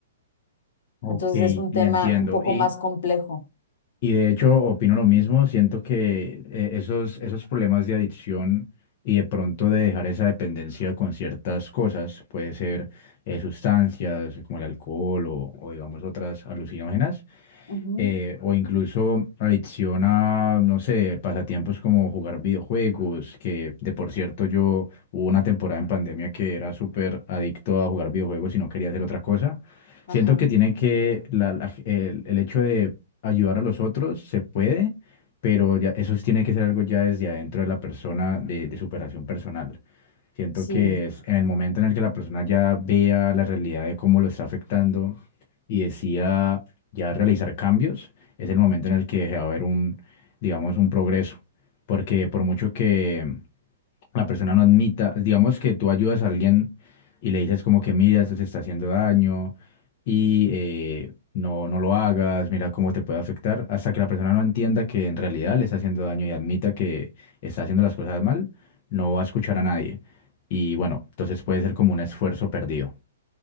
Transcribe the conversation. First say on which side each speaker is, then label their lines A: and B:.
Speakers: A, on the left; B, on the left.
A: Ok,
B: Entonces
A: sí,
B: es un tema
A: entiendo.
B: un poco
A: Y,
B: más complejo.
A: Y de hecho, opino lo mismo. Siento que eh, esos, esos problemas de adicción y de pronto de dejar esa dependencia con ciertas cosas, puede ser eh, sustancias como el alcohol o, o digamos otras alucinógenas,
B: Uh -huh.
A: eh, o incluso adicción a, no sé, pasatiempos como jugar videojuegos, que de por cierto yo hubo una temporada en pandemia que era súper adicto a jugar videojuegos y no quería hacer otra cosa.
B: Ajá,
A: Siento que tiene que, la- la- el, el hecho de ayudar a los otros se puede, pero ya, eso sí tiene que ser algo ya desde adentro de la persona, de, de superación personal. Siento
B: sí.
A: que es en el momento en el que la persona ya vea la realidad de cómo lo está afectando y decida ya realizar cambios, es el momento en el que va a haber un, digamos, un progreso. Porque por mucho que, la persona no admita, digamos que tú ayudas a alguien y le dices como que mira, esto te está haciendo daño y eh, no, no lo hagas, mira cómo te puede afectar, hasta que la persona no entienda que en realidad le está haciendo daño y admita que está haciendo las cosas mal, no va a escuchar a nadie. Y bueno, entonces puede ser como un esfuerzo perdido.